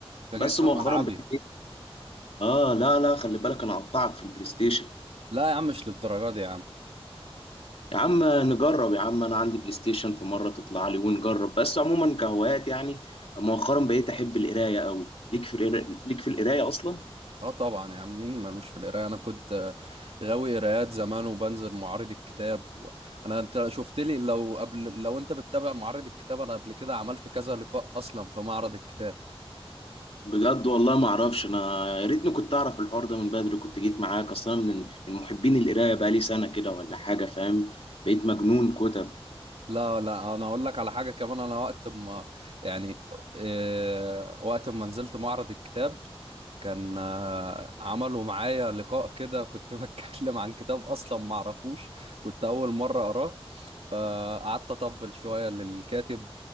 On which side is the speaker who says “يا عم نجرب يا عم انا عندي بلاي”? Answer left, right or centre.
Left